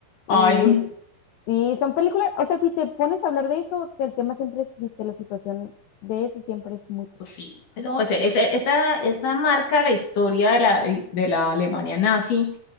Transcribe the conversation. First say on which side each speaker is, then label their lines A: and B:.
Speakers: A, on the left (about 65°); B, on the left (about 85°).
A: Ay,
B: Y sí, son películas, o sea, si te pones a hablar de eso, el tema siempre es triste, la situación de eso siempre es muy triste.
A: pues sí. No, ese- ese- esa, esa marca la historia de la, de la Alemania nazi